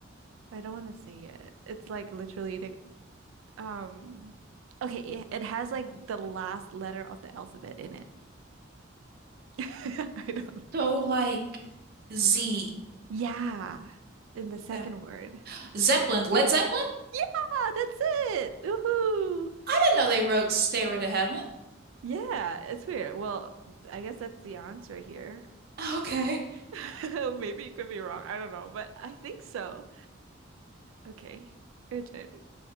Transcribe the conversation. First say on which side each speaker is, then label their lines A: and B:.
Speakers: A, on the right; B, on the right.
A: I don't want to say it. It's like literally the Um, okay, it, it has like the last letter of the alphabet in it. <laughs> I don't know.
B: So like Z
A: Yeah, in the second
B: Zep-
A: word.
B: Zeppelin, Led Zeppelin?
A: Yeah, that's it. Woohoo.
B: I didn't know they wrote Stairway to Heaven. <laughs>
A: Yeah, it's weird. Well, I guess that's the answer here.
B: Okay.
A: <laughs> Maybe it could be wrong. I don't know, but I think so. Okay, your turn.